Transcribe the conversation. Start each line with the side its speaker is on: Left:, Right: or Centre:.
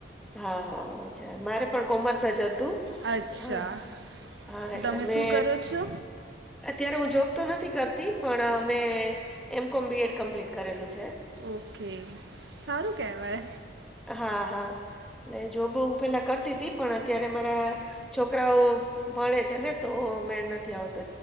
Centre: હા, હા અચ્છા મારે પણ કોમર્સ જ હતું
Right: અચ્છા
Centre: હ હા
Right: તો તમે
Centre: એટલે
Right: શું
Centre: મે
Right: કરો છો
Centre: અત્યારે હું જોબ તો નથી કરતી પણ અ મે એમ કોમ બી એડ કમ્પ્લીટ કરેલું છે.
Right: ઓકે, સારું કહેવાય.
Centre: હા હા. જોબ હું પેલા કરતી હતી પણ અત્યારે મારા છોકરાઓ ભણેે છે ને. તો મેળ નથી આવતો